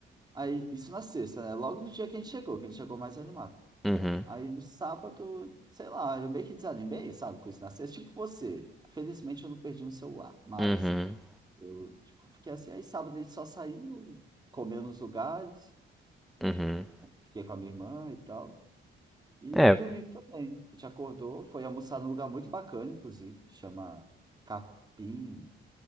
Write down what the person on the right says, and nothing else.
Aí, isso na sexta, né? Logo no dia que a gente chegou, que a gente chegou mais animado.
Aí no sábado, sei lá, eu meio que desanimei, sabe, com isso na sexta. Tipo você. Felizmente eu não perdi um celular, mas
eu, tipo, fiquei assim. Aí sábado a gente só saiu, comeu nos lugares,
fiquei com a minha irmã e tal. E
domingo também. A gente acordou, foi almoçar num lugar muito bacana, inclusive, chama Capim,